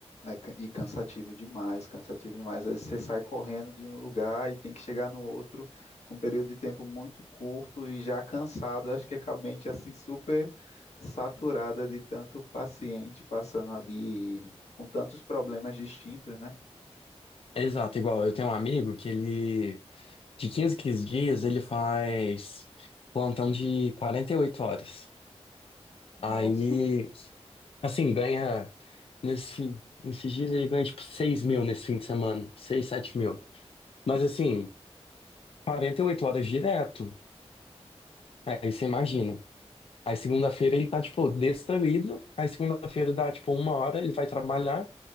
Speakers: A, on the left; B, on the left.
A: É, ca- e cansativo demais, cansativo demais. Às vezes você sai correndo de um lugar e tem que chegar no outro com um período de tempo muito curto e já cansado. Acho que é com a mente assim super saturada de tanto paciente passando ali com tantos problemas distintos, né?
B: Exato, igual eu tenho um amigo que ele, de 15 em dias, ele faz plantão de 48 horas.
A: Nossa,
B: Aí, assim, ganha, nesse, nesses dias ele ganha tipo 6 mil nesse fim de semana, 6 7 mil. Mas assim, 48 horas direto, aí você imagina. Aí segunda-feira ele tá, tipo, destruído, aí segunda-feira dá, tipo, uma hora, ele vai trabalhar